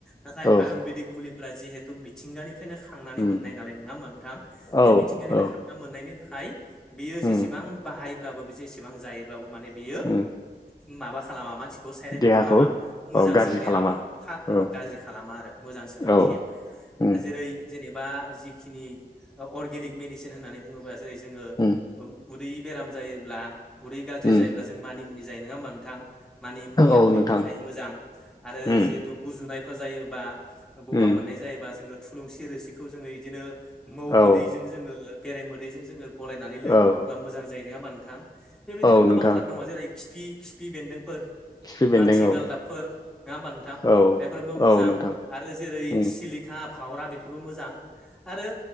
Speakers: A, in the centre; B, on the left (about 25°).
A: नाथाय
B: औ
A: आयुरवेदिक मुलिफोरा जिहेतु मिथिंगानिफ्रायनो ख खांनानै
B: उम
A: मोननाय नालाय नङा होमबा नोंथां बे
B: औ
A: मिथिंगानिफ्राय
B: औ
A: मोननायनि थाखाय बियो
B: उम
A: जेसेबां बाहायब्लाबो बे जेसेबां जायोब्लाबो माने बेयो
B: उम
A: माबा खालामा मानसिखौ साइद एफेक्ट
B: देहाखौ
A: खालामा मोजांसो
B: औ गाज्रि
A: देहाखौ
B: खालामा औ
A: गाज्रि खालामा आरो मोजांसो लाखियो।
B: औ उम
A: जेरै जेनेबा जिखिनि अर्गेनिक मेडिसिन होननानै बुङोबा जेरै जोङो
B: उम
A: उदै बेराम जायोब्ला उदै गाज्रि
B: उम
A: जायोब्ला जों मानि मुनि जायो नङा होमबा नोंथां? मानि मुनिया
B: औ
A: उदैनि
B: नोंथां
A: थाखाय मोजां आरो
B: उम
A: जिहेथु गुजुनायफोर जायोबा गगा
B: उम
A: मोननाय जायोबा जोङो थुलुंसि रोसिखौ जोङो बिदिनो मौ
B: औ
A: बिदैजों - जोङो बेराय मोदैजों जोङो गलायनानै लोङो
B: औ
A: अब्ला मोजां जायो नङा होमबा नोंथां? बेबायदिनो
B: औ
A: गोबांथार
B: नोंथां
A: दङ जेरै खिफि खिफि बेन्दोंफोर।
B: खिफि बेन्दों
A: माथि गालदाबफोर
B: औ
A: नङा होमबा नोंथां
B: औ
A: बेफोरबो मोजां
B: औ नोंथां
A: आरो जेरै
B: उम
A: सिलिक बिखा फावरा बेफोरबो मोजां आरो